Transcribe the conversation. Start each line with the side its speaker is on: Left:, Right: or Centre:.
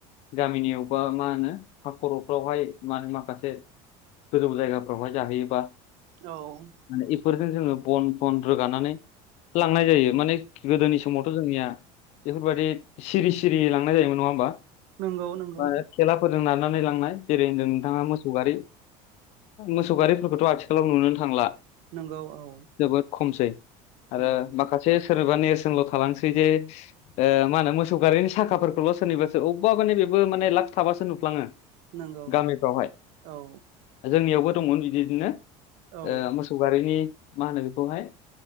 Left: गामिनियावबा मा होनो खर'फ्रावहाय मा होनो माखासे गोजौ जायगाफ्रावहाय जाहैयोबा
Right: औ
Left: माने बेफोरजों जोङो बन बन रोगानानै लांनाय जायो माने गोदोनि समावथ' जोंनिया बेफोरबायदि सिरि सिरि लांनाय जायोमोन नङा होमबा
Right: नोंगौ नोंगौ
Left: मा होनो थेलाफोरजों नारनानै लांनाय जेरै होनदों नोंथाङा मोसौ गारि मोसौ गारिफोरखौथ' आथिखालाव नुनोनो थांला
Right: नोंगौ औ
Left: जोबोद खमसै आरो
Right: नंगौ
Left: माखासे सोरबा नेरसोनल' थालांसै जे ओ मा होनो मोसौ गारिनि थाखाफोरखौल' सोनिबासो अबेबा माने बेबो माने लाख थाबासो नुफ्लाङो
Right: नंगौ
Left: गामिफ्रावहाय
Right: औ
Left: जोंनियावबो दंमोन बिदिदिनो
Right: औ
Left: ओ मो सौगारिनि मा होनो बेखौहाय